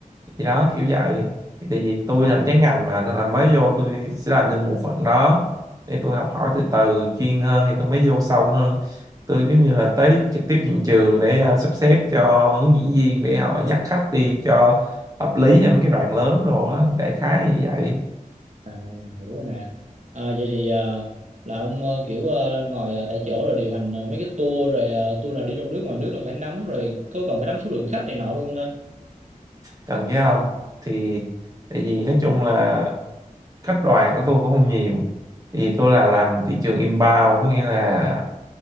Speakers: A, on the right; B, on the right.
A: thì đó kiểu vậy thì tại vì tôi làm trái ngành mà nên là mới vô tôi sẽ làm trên bộ phận đó để tôi học hỏi từ từ chuyên hơn thì tôi mới vô sâu hơn tôi giống như là tới trực tiếp hiện trường để ờ, sắp xếp cho hướng dẫn viên để họ dắt khách đi cho hợp lý cho mấy cái đoàn lớn đồ á đại khái như vậy
B: à hiểu rồi nè à, vậy thì à, là ông ờ, kiểu ờ, ngồi ờ, tại chỗ rồi điều hành ờ, mấy cái tour rồi ờ, tour nào đi trong nước ngoài nước là phải nắm rồi có còn phải nắm số lượng khách này nọ luôn không ta
A: cần chứ không thì tại vì nói chung là khách đoàn của tôi cũng không nhiều thì tôi là làm thị trường inbound có nghĩa là